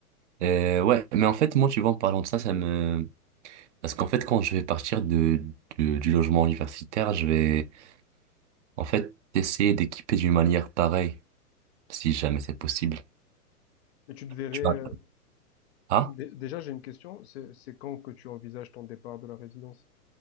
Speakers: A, on the right; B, on the left.
A: Euh, ouais, mais en fait, moi, tu vois, en parlant de ça, ça me... Parce qu'en fait, quand je vais partir de, de- du logement universitaire, je vais, en fait, essayer d'équiper d'une manière pareille, si jamais c'est possible.
B: Mais tu te verrais,
A: Tu vois.
B: euh,
A: Ah,
B: Dé- Déjà, j'ai une question. C'est, c'est quand que tu envisages ton départ de la résidence?